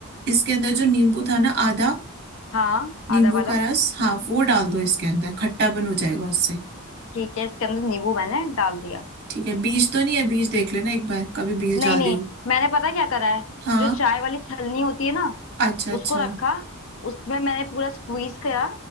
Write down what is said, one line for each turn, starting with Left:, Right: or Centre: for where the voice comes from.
Right: इसके अंदर जो नींबू था ना आधा
Left: हाँ
Right: नींबू
Left: आधा वाला
Right: का रस हाँ वो डाल दो इसके अंदर खट्टापन हो जाएगा उससे
Left: ठीक है इसके अंदर नींबू मैंने डाल दिया
Right: ठीक है बीज तो नहीं है बीज देख लेना एक बार कभी बीज
Left: नहीं
Right: डाल
Left: नहीं
Right: दियो
Left: मैंने पता क्या करा है
Right: हाँ
Left: जो चाय वाली छलनी होती है ना
Right: अच्छा अच्छा
Left: उसको रखा उसमें मैंने पूरा स्क्वीज करा